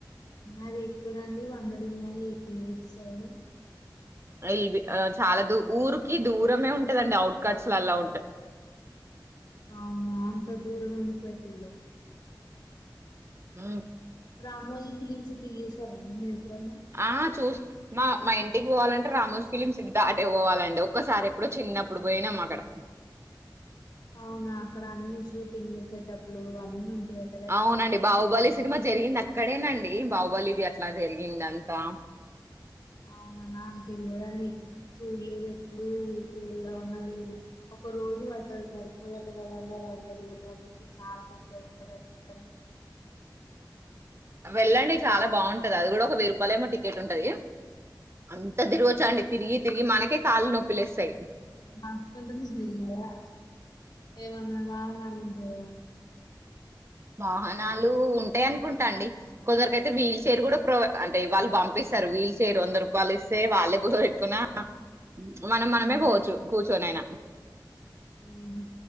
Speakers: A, on the left; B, on the right.
A: అది ఎక్కడండి వండరి ఇల్లా ఏ ఎటు సైడ్
B: ఇవి చాలా దూ ఊరికి దూరమే ఉంటందండి అవుట్ కట్స్ లలా ఉంట
A: అవున అంత దూరం ఎందుకు పెట్టిళ్ళు
B: ఉ
A: రామోజీ ఫిలిం సిటీ చూసారాండి మీరు ఎప్పుడన్నా
B: ఆ చూస్ మా మా ఇంటికి పోవాలంటే రామోజ్ ఫిలిమ్ సిటీ దాటే పోవాలండి ఒక్కసారి ఎప్పుడో చిన్నప్పుడు బోయినాము అక్కడ
A: అవునా అక్కడ అన్ని షూటింగులు చెటప్లు అన్ని ఉంటాయి అక్
B: అవునండి బాహుబలి సినిమా జరిగింది అక్కడేనండి బాహుబలిది అట్లా జరిగింది అంతా
A: అవునన్నా తెలియదండి చూడలేదు ఎప్పుడు ఇప్పుడు వెళ్దామన్న వీలులేదు ఒక రోజు పట్టదు సరిపోదంట కదండి అదంతా చూడడానికి చాల్ పెద్దగుంటదట కదండి.
B: వెళ్ళండి చాలా భావుంటది అది కూడా ఒక వెయ్యి రూపాయలు ఏమో టికెట్ ఉంటాది. అంత తిరిగొచ్చా అండి తిరిగి తిరిగి మనకే కాళ్ళు నొప్పులేస్తాయి.
A: మాచ్ కుంటుంది మిలిగినయా ఏమన్నా వాహనాలు ఉంటయా
B: వాహనాలు ఉంటయి అనుకుంటా అండి. కొందరికైతే వీల్ చైర్ గూడ ప్రొై అంటే వాళ్ళు బంపిస్తారు వీల్ చైర్ వంద రూపాయలు ఇస్తే వాళ్ళే కూసోబేట్టుకున్న అ మనం మనమే
A: ఉమ్
B: బోవచ్చు కూర్చో నైన
A: ఆహ